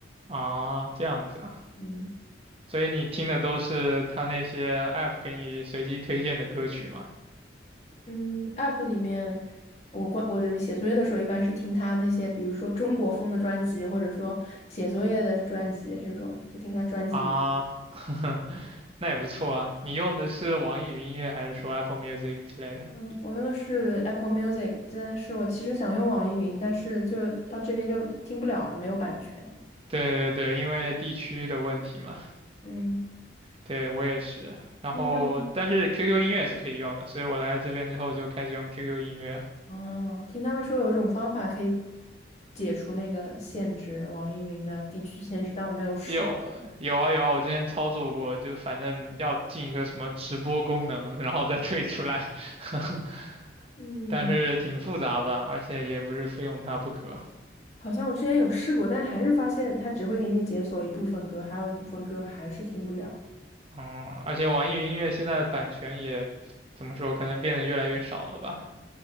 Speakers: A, on the right (about 30°); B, on the left (about 35°).
A: 啊，这样子啊。
B: 嗯
A: 所以你听的都是他那些 app 给你随机推荐的歌曲吗？
B: 嗯，App 里面，我关我的写作业的时候一般是听他那些，比如说中国风的专辑，或者说写作业的专辑这种，在听他专辑里。
A: 啊，<laughs> 呵呵，那也不错啊。你用的是网易云音乐还是说 Apple Music 之类的？
B: 嗯，我用的是 Apple Music，但是我其实想用网易云，但是就到这边就听不了，没有版权。
A: 对对对，因为地区的问题嘛。
B: 嗯，
A: 对，我也是。然后，
B: 听他们。
A: 但是 QQ 音乐是可以用的，所以我来这边之后就开始用 QQ 音乐。
B: 哦，听他们说有一种方法可以解除那个限制，网易云的地区限制，但我没有试。
A: 有有啊有啊，我之前操作过，就反正要进一个什么直播功能，然后再退出来，<laughs>
B: 嗯，
A: 但是挺复杂吧，而且也不是非用它不可。
B: 好像我之前有试过，但还是发现它只会给你解锁一部分歌，还有一部分歌还是听不了。
A: 嗯，而且网易云音乐现在的版权也怎么说，可能变得越来越少了吧？